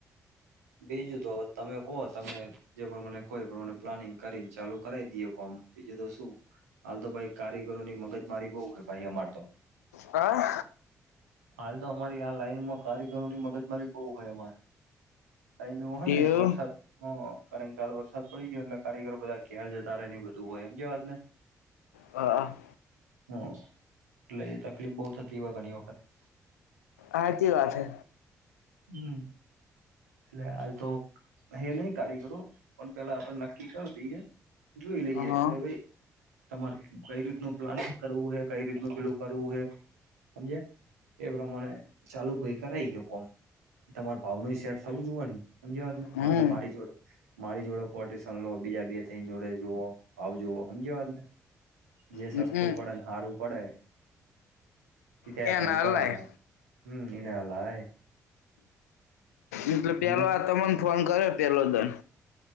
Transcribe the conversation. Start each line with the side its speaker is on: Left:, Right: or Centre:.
Right: બીજું તો તમે કો તમે જે પ્રમાણે કો ઈ પમને પ્લાનિંગ કરીને ચાલુ કરાવ દઈએ કોમ બીજું તો શું હાલ તો ભાઈ કારીગરોની મગજ મારી બવ ઘટે અમાર તો.
Left: હા
Right: હાલ તો અમારી આ લાઈનમાં કારીગરો ની મગજ મારી કેવું હોય અમાર. એવું હે ને
Left: એવું
Right: વરસાદમાં કારણ કે ચાલ વરસાદ પડી ગયો એટલે કારીગરો બધા ઘેર જતા રહે ને એ બધું હોય એમ કે વાત ને.
Left: હા.
Right: હમ એટલે એ તકલીફ બહુ થતી હોય ઘણી વખત
Left: આચી વાત છે
Right: હમ એટલે હાલ તો હે નહ કારીગરો પણ પેલા આપણે નક્કી કરી દઈએ જોઈ લઈએ
Left: હા
Right: કે ભાઈ તમારે કઈ રીતનું પ્લાનિંગ કરવું હે કઈ રીતનું પેલું કરવું હે સમજ એ પ્રમાણે ચાલુ ભાઈ કરાઈ ગયો કોમ તમાર ભાવ ન સેટ થવું જોવ ને સમજ વાત ને
Left: હમ
Right: મા મારી જોડે મારી જોડે કોટેશન લો બીજા બે થઈ જોડે જુઓ આવ જોુઓ સમજી વાત ને જે
Left: હમ
Right: સસ્તું પડે સારું પડે તે ત્યા
Left: એના
Right: કોમ કરાવે
Left: અલાય
Right: હમ ને અલા
Left: એટલે
Right: સમજ્યા
Left: પેલો આ તમને ફોન કર્યો પેલો દં